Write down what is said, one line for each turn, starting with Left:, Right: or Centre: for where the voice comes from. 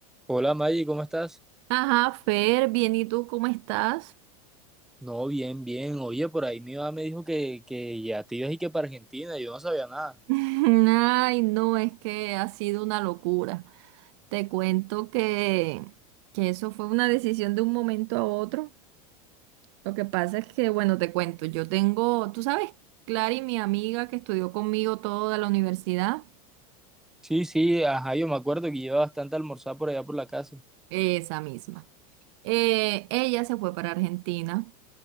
Centre: Hola Maggie, ¿cómo estás?
Right: Ajá, Fer, bien, ¿y tú cómo estás?
Centre: No, bien, bien. Oye, por ahí mi mamá me dijo que, que ya te ibas y que para Argentina, yo no sabía nada.
Right: <laughs> Ay, no, es que ha sido una locura. Te cuento que, que eso fue una decisión de un momento a otro. Lo que pasa es que, bueno, te cuento, yo tengo, tú sabes, Clary, mi amiga que estudió conmigo todo de la universidad,
Centre: Sí, sí, ajá, yo me acuerdo que lleva bastante a almorzar por allá por la casa.
Right: esa misma. Eh, ella se fue para Argentina